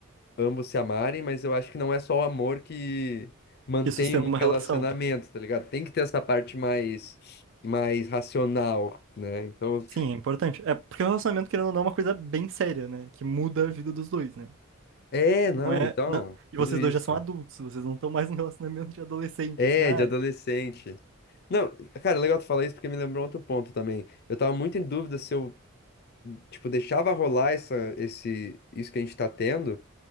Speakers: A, on the left; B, on the right.
A: ambos se amarem, mas eu acho que não é só o amor que mantém
B: que sustenta
A: um
B: uma
A: relacionamento,
B: relação.
A: tá ligado? Tem que ter essa parte mais, mais racional, né? Então,
B: Sim, é importante. É porque o relacionamento, querendo ou não, é uma coisa bem séria, né? Que muda a vida dos dois, né?
A: é, não,
B: Não é.
A: então,
B: não- E
A: tudo
B: vocês
A: isso.
B: dois já são adultos, vocês não estão mais num relacionamento de adolescente,
A: É,
B: assim, ah,
A: de adolescente. Não, cara, é legal tu falar isso porque me lembrou outro ponto também. Eu tava muito em dúvida se eu, tipo, deixava rolar essa, esse, isso que a gente tá tendo,